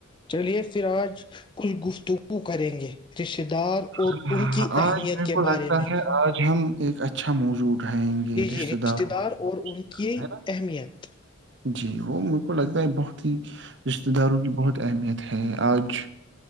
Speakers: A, on the left; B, on the right.
A: چلیے پھر آج کچھ گفتگو وہ کریں گے رشی اقتدار اور
B: ہے۔
A: ان کی
B: آج
A: اہمیت
B: میرے
A: کے
B: کو لگتا
A: بارے میں
B: ہے آج ہم ایک اچھا موضوع اٹھائیں گے
A: جی
B: رشتتے
A: جی رشتہ
B: داروں
A: دار اور ان کی
B: کا، ہے نا
A: اہمیت
B: جی وہ میر کو لگتا ہے بہت ہی رشتتے داروں کی بہت اہمیت ہے آج